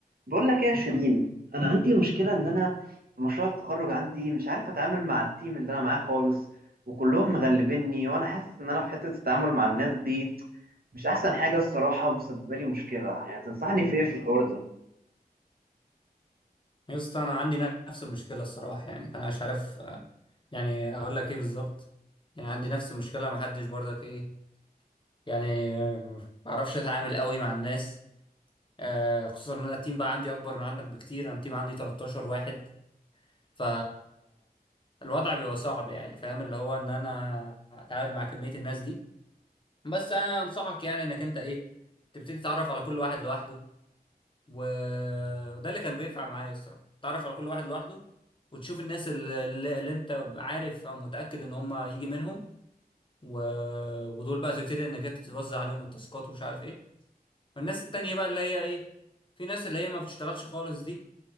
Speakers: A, on the right (about 70°); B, on the left (about 30°).
A: بقول لك ايه يا شيرين انا عندي مشكله ان انا في مشروع التخرج عندي مش عارف اتعامل مع التيم اللي انا معاه خالص وكلهم مغلبيني وانا حاسس ان انا في حته التعامل مع الناس دي مش احسن حاجه الصراحه ومسببه لي مشكله يعني تنصحني في ايه في الحوار ده
B: يا اسطى انا عندي نفس المشكله الصراحه يعني فانا مش عارف آه، يعني اقول لك ايه بالظبط يعني عندي نفس المشكله ما حدش برضك ايه يعني آه، ما بعرفش اتعامل قوي مع الناس آه، خصوصا ان انا التيم بقى عندي اكبر من عندك بكتير انا التيم عندي 13 واحد ف الوضع بيبقى صعب يعني فاهم اللي هو ان انا اتعامل مع كميه الناس دي بس انا انصحك يعني انك انت ايه تبتدي تتعرف على كل واحد لوحده و- وده اللي كان بينفع معايا الصراحة تعرف على كل واحد لوحده وتشوف الناس اللي, اللي انت عارف او متأكد ان هم يجي منهم و... ودول بقى تبتدي انك انت توزع عليهم التاسكات ومش عارف ايه والناس التانية بقى اللي هي ايه في ناس اللي هي ما بتشتغلش خالص دي